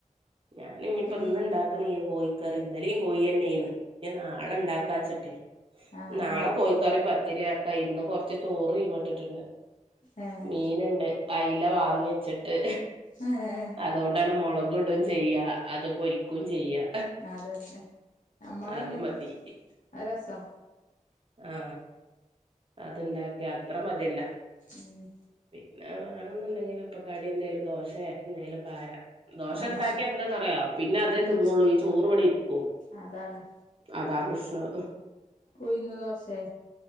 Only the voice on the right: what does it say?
ഞാൻ ഇനിയിപ്പോ
ഇന്ന് ഇണ്ടാക്കണില്ല കോഴിക്കറി ഇന്നലും കോഴിന്നെയാന്ന് നാളെ ഉണ്ടാക്കാച്ചിട്ടെ
നാളെ
കോഴിക്കറി പത് ഇത്തിരിയാക്ക ഇന്ന് കൊറച്ച് ചോറ് തീമട്ടിട്ടുണ്ട് <unintelligible>
മീൻ ഉണ്ട് അയല വാങ്ങി വച്ചിട്ട്
അതുകൊണ്ടന്ന മുളക് ഇടും ചെയ്യാ അത് പൊരിക്കയും ചെയ്യാ
അത് മതി
ആ അതുണ്ടാക്കിയ അത്ര മതിയല്ല
പിന്നെ ണ്ടെങ്കിൽ അപ്പൊ കടി എന്തേലും ദോശയ എന്തേലും ഭാര ദോശ
ഉണ്ടാക്കി എന്താന്നറിയ പിന്നെ അതേ
തിന്നുള്ളൂ ഈ ചോറ് ഇവിടെ ഇരിക്കും
അതാ പ്രശ് അ